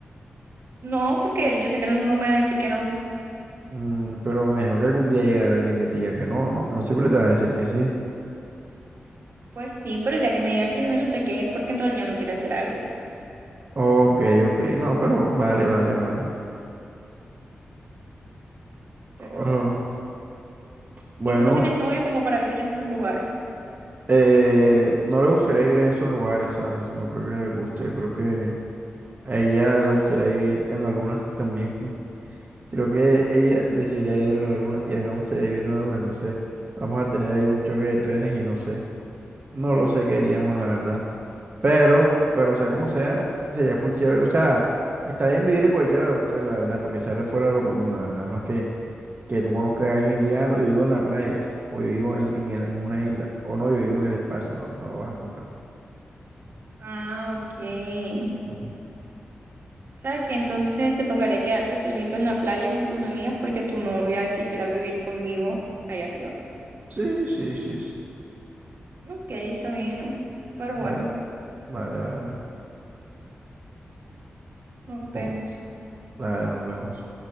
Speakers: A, on the right (about 65°); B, on the right (about 40°).
A: No, porque él, yo sé que él no me va a decir que no.
B: Mm, pero me imagino que algún día llegará alguien que te diga que no, no, no siempre te va a decir que sí.
A: Pues sí, pero el día que me diga que no, yo sé que es porque en realidad no quiere hacer algo.
B: Ok, ok, no, pero vale, vale, vale.
A: Pero
B: Oh,
A: sí.
B: bueno,
A: ¿Y tú no tienes novia como para vivir en estos lugares?
B: Eh, no le gustaría vivir en esos lugares, ¿sabes? No creo que le guste, creo que a ella le gustaría vivir en la luna también. <laughs> Creo que ella decidiría vivir en la luna y a mí no me gustaría vivir en la luna, entonces vamos a tener ahí un choque de trenes y no sé, no lo sé qué haríamos, la verdad. Pero, pero sea como sea, sería full chévere, o sea, está bien vivir en cualquiera de los tres, la verdad, porque sale fuera de lo común, la verdad, no es que, que tú conozcas a alguien y te diga, "Ah, no, yo vivo en la playa, o yo vivo en, en el- en una isla, o no, yo vivo en el espacio, no, no lo vas a encontrar.
A: Ah, ok.
B: <laughs>
A: O sea, que
B: Sí,
A: entonces te tocaría quedarte solito en la playa con tus amigas porque tu novia quisiera vivir conmigo allá arriba.
B: sí, sí, sí. sí.
A: Ok, está bien, pero
B: Vale,
A: bueno,
B: vale, vale.
A: nos
B: Oh,
A: vemos.
B: vale, nos vemos.